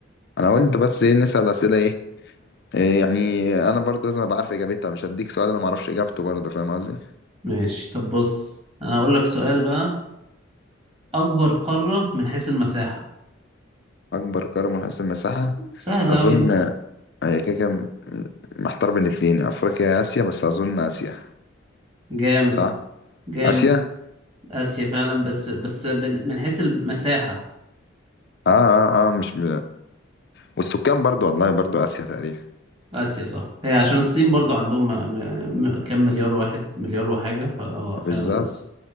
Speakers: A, on the left; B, on the right.
A: انا قلت بس ايه نسال اسئله ايه إيه يعني انا برضه لازم ابقى عارف اجابتها مش هديك سؤال انا ما اعرفش اجابته برضه فاهم قصدي
B: ماشي طب بص أنا هقول لك سؤال بقى أكبر قارة من حيث المساحة
A: أكبر قارة من حيث المساحة
B: سهلة
A: أظن
B: أوي دي
A: هي كده كده محتار بين اتنين أفريقيا يا آسيا بس أظن آسيا
B: جامد
A: صح؟
B: جامد
A: آسيا؟
B: آسيا فعلا بس بس بن- من حيث المساحة
A: آه آه آه مش م... والسكان برضو والله برضو آسيا تقريبا
B: آسيا صح هي عشان الصين برضو عندهم م... م... م- كام مليار واحد مليار وحاجة فأه
A: بالظبط
B: فعلا آسيا